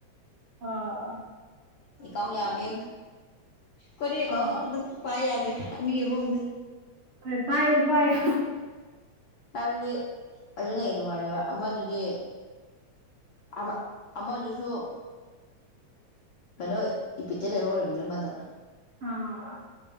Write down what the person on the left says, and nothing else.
ꯏꯀ ꯌꯥꯃꯤ ꯀ ꯀ
ꯑꯃꯝ ꯄꯥꯏ ꯌꯥꯗꯦ ꯑꯨꯝꯗꯦ
ꯍꯥꯏꯕꯗꯤ ꯑꯗꯨꯅ ꯍꯦꯟꯅ ꯅꯨꯡꯉꯥꯏꯔꯦꯕ ꯑꯃꯗꯨꯗꯤ ꯑꯃ ꯑꯃꯗꯨꯁꯨ ꯀꯩꯅꯣ ꯏꯄꯤꯆ ꯂꯩꯍꯧꯔꯤꯕꯅꯤ ꯃꯗ